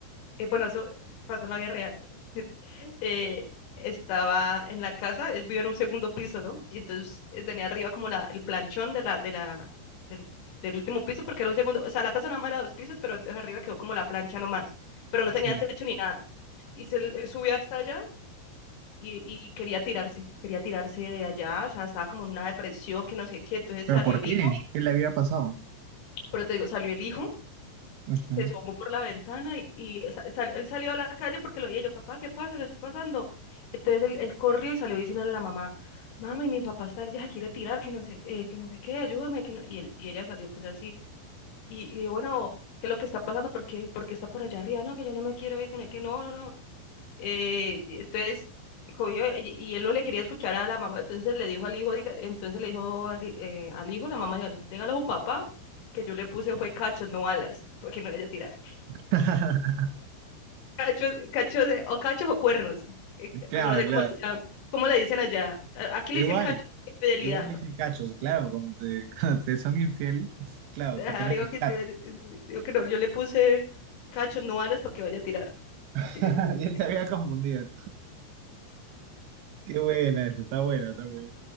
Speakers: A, on the left; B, on the right.
A: eh, bueno, eso pasó en la vida real eh, estaba en la casa, él vivía en un segundo piso, ¿no? Y entonces eh, tenía arriba como la, el planchón de la, de la, del, del último piso, porque era un segundo, o sea, la casa nada más era dos pisos, pero entonces arriba quedó como la plancha nomás, pero no tenía
B: Sí.
A: techo ni nada. Y se, él subió hasta allá y, y quería tirarse, quería tirarse de allá, o sea, estaba como en una depresión, que no sé qué, entonces
B: ¿Pero
A: salió
B: por
A: el
B: qué?
A: hijo,
B: ¿Qué le había pasado?
A: pero te digo, salió el hijo
B: Ujú.
A: se asomó por la ventana y, y sa- sal- él salió a la calle porque lo veía yo, papá, ¿qué pasa? ¿Qué está pasando? Entonces él, él corrió y salió diciéndole a la mamá, mami, mi papá está allá, quiere tirar, que no sé, eh, que no sé qué, ayúdame, que no... Y, él, y ella salió pues así, y, y le digo, bueno, ¿qué es lo que está pasando? ¿Por qué, por qué está por allá arriba? No, que yo no me quiero ir, que no, que no, no, no. Eh, di- entonces, jodió, y, y él no le quería escuchar a la mamá, entonces le dijo al hijo, diga- entonces le dijo al, hi- eh, al hijo, la mamá, diga, dígale a su papá que yo le puse fue cacho, no alas, <laughs> para que no le haya tirado.
B: <laughs>
A: Cachos, cachos de- o cachos o cuernos. eh,
B: Claro,
A: Como no sé
B: claro.
A: cómo, le llaman- cómo le dicen allá. A- Aquí
B: Igual,
A: le dicen cacho a la infidelidad.
B: igual le dije cachos, claro, cuando te, <laughs> cuando te son infiel, claro,
A: Ajá,
B: te ponen
A: le digo
B: los
A: que es
B: cachos.
A: que, digo que no, yo le puse cacho, no alas para que vaya a tirar.
B: <laughs>
A: que Es diferente.
B: Y él se había confundido. Qué buena esa, está buena, está buena.